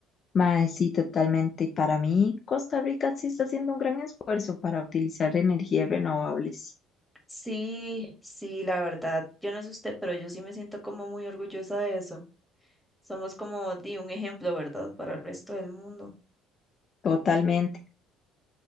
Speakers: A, on the left (about 40°); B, in the centre.
A: Mae, sí, totalmente. Y para mí, Costa Rica sí está haciendo un gran esfuerzo para utilizar energías renovables.
B: Sí, sí, la verdad, yo no sé usted, pero yo sí me siento como muy orgullosa de eso. Somos como di un ejemplo, ¿verdad? Para el resto del mundo.
A: Totalmente.